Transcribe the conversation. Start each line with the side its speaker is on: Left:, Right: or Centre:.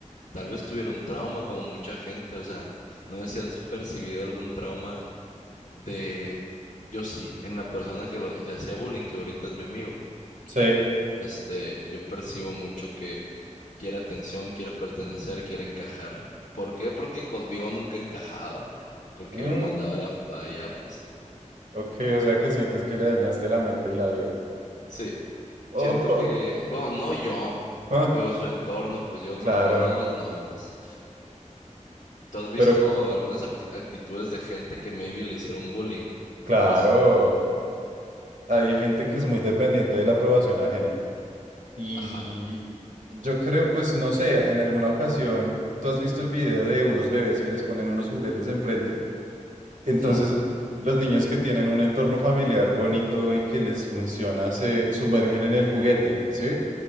Left: Tal vez tuviera un trauma como mucha gente, o sea, no sé si has percibido algún trauma de, yo sí, en la persona que lo- le hacía bullying, que ahorita es mi amigo,
Right: sí.
Left: este, yo percibo mucho que quiere atención, quiere pertenecer, quiere encajar. ¿Por qué? Porque conmigo nunca encajaba, porque
Right: Mm,
Left: yo lo mandaba a la- a allá, pues,
Right: ok, o sea que sientes que le dañaste la mente y la vida.
Left: sí,
Right: Oh,
Left: siento que,
Right: <laughs>
Left: bueno, no yo,
Right: ah,
Left: pero su entorno, pues yo no,
Right: claro,
Left: yo nomás no, pues. ¿Tú has visto
Right: pero co-
Left: algunas apti- actitudes de gente que maybe le hicieron bullying
Right: claro,
Left: y por eso son como son?
Right: hay gente que es muy dependiente de la aprobación ajena y
Left: Ajá,
Right: yo creo, pues no sé, en alguna ocasión, tú has visto el video de unos bebés que les ponen unos juguetes enfrente, entonces
Left: no.
Right: los niños que tienen un entorno familiar bonito y que les funciona se sumergen en el juguete, ¿sí?